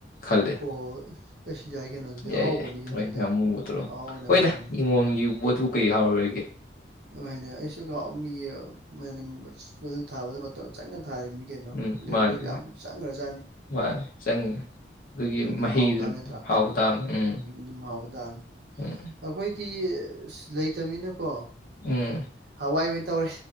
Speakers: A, on the left; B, on the right.
A: ꯈꯜꯂ‌ꯦ
B: ꯑꯣ ꯑꯁ ꯌꯥꯏ ꯀꯩꯅꯣ ꯑꯗꯨꯗꯤ
A: ꯌꯥꯏ
B: ꯑꯍꯥꯎꯕꯅꯤ
A: ꯌꯥꯏ
B: ꯀꯩꯅꯣ
A: ꯍꯣꯏ
B: ꯑꯗꯨꯗꯤ
A: ꯉꯃꯨꯕ ꯇꯔꯣ
B: ꯑꯍꯥꯎꯕꯅꯦ
A: ꯍꯣꯏꯗ
B: ꯑꯍꯥꯎꯕꯅꯤ
A: ꯏꯉꯣꯟꯒꯤ ꯄꯣꯠꯇꯨ ꯀꯩ ꯍꯥꯎꯔ‌ꯣꯏꯒꯦ
B: ꯍꯣꯏꯅꯦ ꯑꯩꯁꯨ ꯃꯤ ꯃ <unintelligible> ꯊꯥꯕꯗ ꯃꯇꯝ ꯆꯪꯅ ꯊꯥꯔꯤꯅꯤ ꯀ‌ꯦꯅꯣ
A: ꯎꯝ
B: ꯂꯦꯕꯔ
A: ꯃꯥꯅꯤ ꯃꯥꯅꯤ
B: ꯌꯥꯝ ꯆꯪꯒꯔꯖꯥꯠꯅꯤ
A: ꯃꯥꯅꯦ ꯆꯪꯉꯤꯅꯦ ꯑꯗꯨꯒꯤ
B: ꯑꯗꯨꯝ
A: ꯃꯍꯩꯗꯨꯅ
B: ꯍꯥꯎ ꯇꯥꯕ ꯅꯠꯇ꯭ꯔꯥ
A: ꯍꯥꯎꯇꯥꯝ ꯎꯝ
B: ꯑꯗꯨꯝ ꯍꯥꯎꯕ ꯇꯥꯕꯅꯤ
A: ꯎꯝ
B: ꯑꯩꯈꯣꯏꯗꯤ ꯑꯁ ꯂꯩꯇꯝꯅꯤꯅꯀꯣ
A: ꯎꯝ
B: ꯍꯋꯥꯏ ꯑꯣꯏꯅ ꯇꯧꯔꯦ